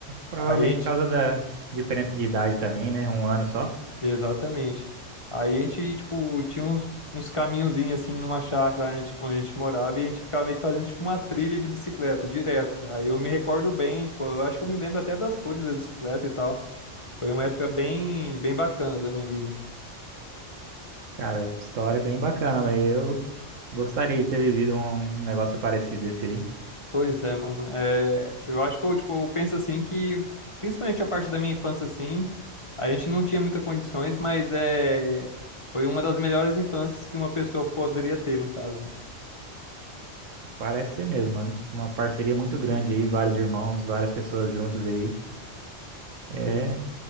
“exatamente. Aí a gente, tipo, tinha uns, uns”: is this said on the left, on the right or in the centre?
Left